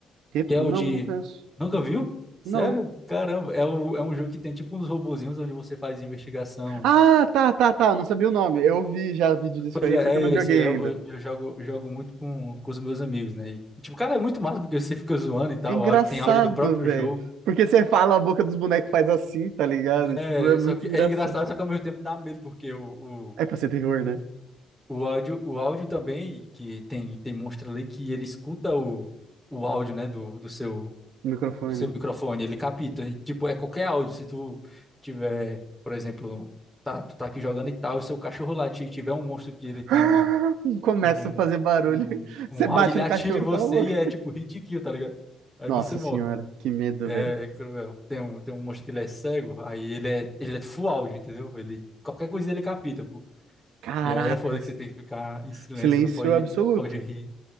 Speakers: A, on the right; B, in the centre.
A: Repo?
B: que é o
A: Não,
B: de
A: não conheço.
B: Nunca viu? Sério?
A: Não.
B: Caramba, é, o, é um jogo que tem tipo uns robozinhos onde você faz investigação.
A: Ah, tá, tá, tá. Eu Não sabia o nome. Eu vi já vídeo disso
B: Pois
A: aí,
B: é,
A: só que eu
B: é
A: não joguei
B: esse. é,
A: ainda.
B: Eu, eu- jogo, jogo muito com, com os meus amigos, né? E, tipo, cara, é muito massa porque você fica zoando e tal.
A: É engraçado,
B: áudio- Tem áudio do próprio
A: velho.
B: jogo.
A: Porque você fala, a boca dos bonecos faz assim, tá ligado?
B: É,
A: Tipo, é muito
B: só que
A: engraçado.
B: é engraçado, só que ao mesmo tempo dá medo, porque o,
A: É
B: o,
A: pra ser terror, né?
B: o áudio, o áudio também, que tem, tem monstro ali que ele escuta o, o áudio, né, do, do seu,
A: No microfone,
B: do seu
A: né?
B: microfone, ele capta. E, tipo, é qualquer áudio. Se tu tiver, por exemplo, tá, tu tá aqui jogando e tal, o seu cachorro latir e tiver um monstro que ele tem
A: <laughs>
B: um
A: Começa
B: um,
A: a fazer barulho.
B: um,
A: <laughs>
B: um
A: Você
B: round
A: bate
B: ele
A: no
B: atira
A: cachorro,
B: em você
A: cala a boca.
B: e é tipo hit kill, tá ligado? Aí
A: Nossa
B: você morre.
A: senhora, que medo,
B: É
A: velho.
B: cruel. Tem um, tem um monstro que ele é cego, aí ele é, ele é full áudio, entendeu? Ele, qualquer coisinha ele capita, pô.
A: Caracas.
B: E aí é foda que você tem que ficar em silêncio,
A: Silêncio
B: não pode,
A: absoluto.
B: não pode rir.